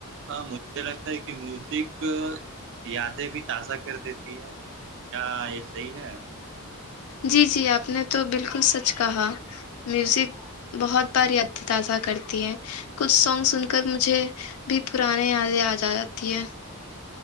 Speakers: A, on the right (about 55°); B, on the left (about 70°).
A: ہاں مجھے لگتا ہے کہ میوزک یادیں بھی تازہ کر دیتی ہے کیا یہ صحیح ہے
B: جی جی آپ نے تو بالکل سچ کہا میوزک بہت بار یادت تازہ کرتی ہیں کچھ سانگ سن کر مجھے بھی پرانیے یادیں آج آ جاتی ہیں